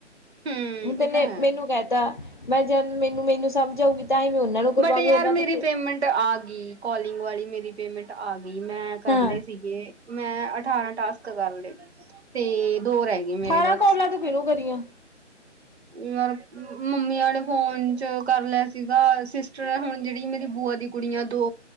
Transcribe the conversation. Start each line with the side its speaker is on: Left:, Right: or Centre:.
Right: ਹੂੰ
Left: ਹੁਣ ਤੈਨੇ
Right: ਇਹ ਤਾਂ ਹੈ
Left: ਮੈਨੂੰ ਕਹਿ ਤਾਂ ਮੈਂ ਜੇ ਮੈਨੂੰ ਮੈਨੂੰ ਸਮਝ ਆਊਗੀ ਤਾਂ ਹੀ ਮੈਂ ਉਹਨਾਂ ਨੂੰ ਕਰਵਾਉਗੀ
Right: ਬਟ ਯਾਰ
Left: ਉਹਨਾਂ
Right: ਮੇਰੀ
Left: ਤੋਂ
Right: ਪੇਮੈਂਟ ਆ ਗਈ ਕੋਲਿੰਗ ਵਾਲੀ ਮੇਰੀ ਪੇਮੈਂਟ ਆ ਗ ਗੀ ਮੈਂ ਕਰਲੇ
Left: ਹਾਂ
Right: ਸੀਗੇ ਮੈਂ ਅਠਾਰਾਂ ਟਾਸਕ ਕਰਲੇ ਤੇ ਦੋ ਰਹਿ ਗਏ ਮੇਰੇ
Left: ਅਠਾਰਾਂ
Right: ਬਸ
Left: ਕੋਲਾਂ ਤੂੰ ਕਿਹਨੂੰ ਕਰੀਆਂ
Right: ਯਾਰ ਮੰਮੀ ਅਲੇ ਫੋਨ ਚ ਕਰ ਲਿਆ ਸੀਗਾ ਸਿਸਟਰ ਹੁਣ ਜਿਹੜੀ ਮੇਰੀ ਬੂਆ ਦੀ ਕੁੜੀਆਂ ਦੋ